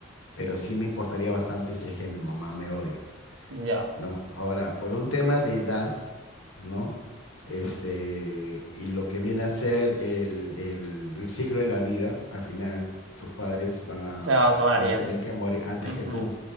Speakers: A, on the left; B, on the right.
A: Pero sí me importaría bastante si es que mi mamá me odia.
B: Ya,
A: ¿no? Ahora, por un tema de edad, ¿no? Este, y lo que viene a ser el, el- el ciclo de la vida, al final tus padres van a,
B: se acabarían.
A: van a tener que morir antes
B: Ujú,
A: que tú.